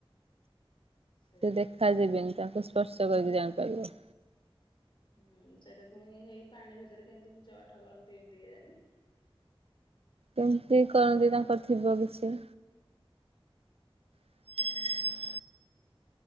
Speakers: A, on the left (about 55°); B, on the right (about 80°).
A: ସେଇଟା
B: ସେ ଦେଖା
A: ସେ
B: ଯିବିନି ତାଙ୍କୁ ସ୍ପର୍ଶ କରିକି ଜାଣିପାରିବ।
A: ହୁଁ, ସେଠି ପୁଣି ହେଇ ପାଣି ଭିତରେ କେମିତି ପୂଜା ପାଠ କରନ୍ତି ଏମିତି କେ ଜାଣିି।
B: କେମିତି କରନ୍ତି ତାଙ୍କର ଥିବ କିଛି <inaudible>